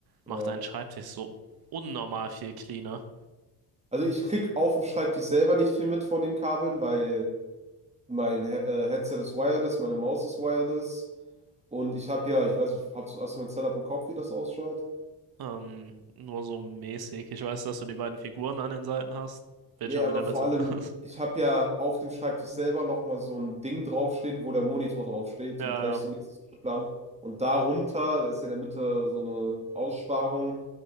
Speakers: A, on the right; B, on the right.
A: macht
B: Ja.
A: deinen Schreibtisch so unnormal viel cleaner.
B: Also ich krieg auf dem Schreibtisch selber nicht viel mit von den Kabeln, weil mein He äh, Headset ist wireless, meine Maus ist wireless und ich habe ja, ich weiß nicht, ich habe zuerst mein Setup im Kopf, wie das ausschaut.
A: Ähm, nur so mäßig. Ich weiß, dass du die beiden Figuren an den Seiten hast. Bildschirm
B: Ja, aber
A: in der Mitte.
B: vor allem,
A: <laughs>
B: ich habe ja auf dem Schreibtisch selber nochmal so ein Ding draufstehen, wo der Monitor draufsteht
A: Ja,
B: und rechts
A: ja.
B: und links ist der Plan. Und darunter, da ist ja in der Mitte so eine Aussparung,